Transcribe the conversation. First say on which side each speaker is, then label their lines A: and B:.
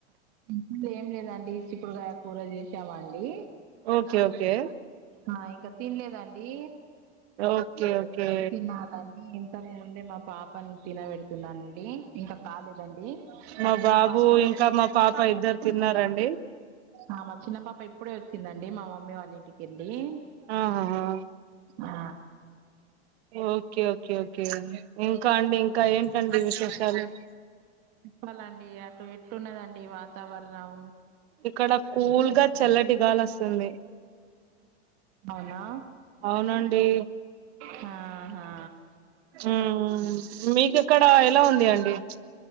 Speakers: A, on the right; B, on the right.
A: ఇంక ఏం లేదండి చిక్కుడుగయా కూర చేశామ్ అండి
B: ఓకే ఓకే
A: ఆ ఇంకా తినలేదండి
B: ఓకే ఓకే
A: తినాలని ఇంతకుముందే మా పాపని తినబెడుతున్నాండి ఇంకా కాలేదండి
B: మా
A: చిన్న
B: బాబు
A: పాప
B: ఇంకా మా పాప ఇద్దరు తిన్నారండి
A: ఆ మా చిన్న పాప ఇప్పుడే వచ్చిందండి మా మమ్మీ వాళ్ళ ఇంటికి కెళ్లి
B: ఆహాహా
A: ఆ
B: ఓకే ఓకే ఓకే అండి ఇంకా అండి ఇంకా ఏంటండి విశేషాలు
A: ప్లాలండి అటు ఎట్టున్నదండి వాతావరణం
B: ఇక్కడ కూల్ గా చల్లటిగాల్ వస్తుంది
A: అవునా
B: అవునండి
A: హాహా
B: ఉమ్ మీకక్కడ ఎలా ఉంది అండి